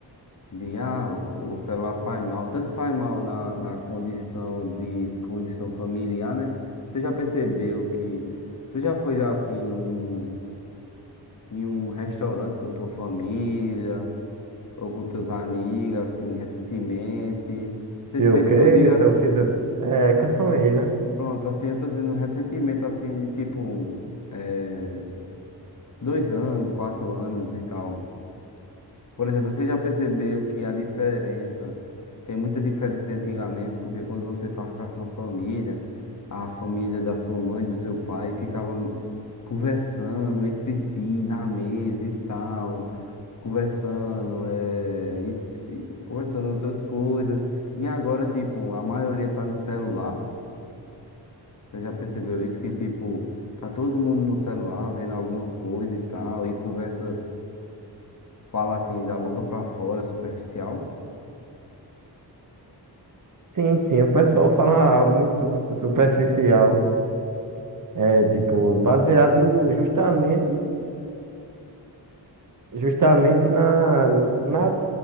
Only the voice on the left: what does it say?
de ah, o celular faz mal, tanto faz mal na, na condição de condição familiar, né? Você já percebeu que tu já foi assim num, em um restaurante com tua família ou com teus amigos, assim, recentemente?
Recentemente
que eu diga
Pronto, assim, eu tô dizendo recentemente, assim, tipo, eh, dois anos, quatro anos e tal. Por exemplo, você já percebeu que a diferença, tem muita diferença de antigamente, porque quando você tava com a sua família, a família da sua mãe, do seu pai, ficava conversando entre si, na mesa e tal, conversando, eh, e, e conversando outras coisas. E agora, tipo, a maioria tá no celular. Você já percebeu isso? Que, tipo, tá todo mundo no celular vendo alguma coisa e tal, e conversas, fala assim, da boca pra fora, superficial.